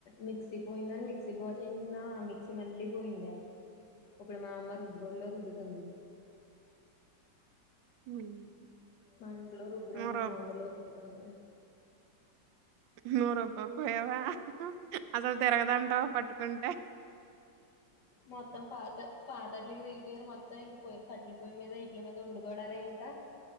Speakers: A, on the left (about 65°); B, on the right (about 80°).
A: మిక్సి పోయిందని మిక్స్ మిక్సి బాగు చేయిచిందా ఆ మిక్సి మళ్ళీ పోయింద ఇప్పుడు మా అమ్మ రుబ్బు రోల్లో రుద్దుతుంది
B: హ్మ్
A: మా ఇంట్లో రుబ్బురోలు
B: మరో
A: ఉంది అందులో రుబ్బుతుంది
B: నువు రుబ్బా పోయావా అసలు తిరగదంటావా పట్టుకుంటే
A: మొత్తం పాత పాతట్ట్లకి దిగిపోయారు మొత్తం ఇంక కట్లే పొయ్యి మీద ఇట్ల మీద వండుకోవడాలే ఇంకా